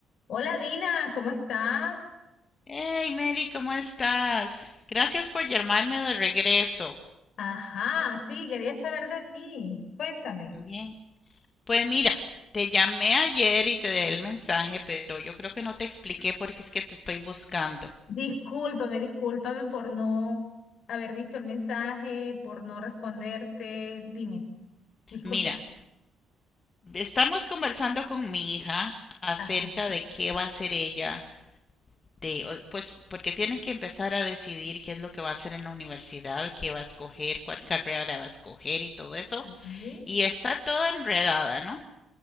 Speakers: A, on the left; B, on the left.
A: Hola Dina, ¿cómo estás?
B: Hey Mary, ¿cómo estás? Gracias por llamarme de regreso.
A: Ajá, sí, quería saber de ti. Cuéntame.
B: Bien. Pues mira, te llamé ayer y te dejé el mensaje, pero yo creo que no te expliqué por qué es que te estoy buscando.
A: Discúlpame, discúlpame por no haber visto el mensaje, por no responderte. Dime, disculpe.
B: Mira, estamos conversando con mi hija acerca
A: Ajá, ajá.
B: de qué va a hacer ella, de, o- pues porque tiene que empezar a decidir qué es lo que va a hacer en la universidad, qué va a escoger, cuál carrera va a escoger y todo eso.
A: ok,
B: Y está toda enredada, ¿no?